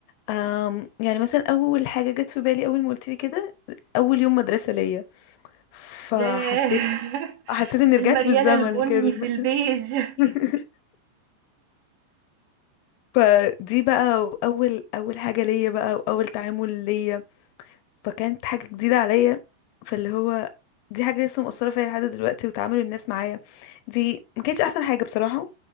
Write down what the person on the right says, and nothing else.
ياه <laughs>
المريالة
البني
في البيج <laughs>